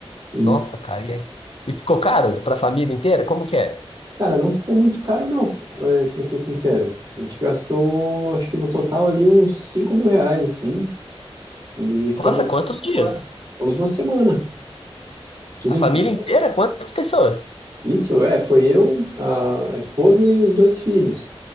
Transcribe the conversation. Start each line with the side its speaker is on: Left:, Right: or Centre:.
Right: E,
Left: Nossa, cara, e aí? E ficou caro pra família inteira? Como que é?
Right: cara, não ficou muito caro, não, é, pra ser sincero. A gente gastou, acho que no total ali uns 5 mil reais, assim. E ficamos
Left: Nossa, quantos
Right: uma semana.
Left: dias?
Right: Ficamos uma semana, tudo
Left: A
Right: incluso.
Left: família inteira? Quantas pessoas?
Right: Isso, é, foi eu, a a esposa e os dois filhos.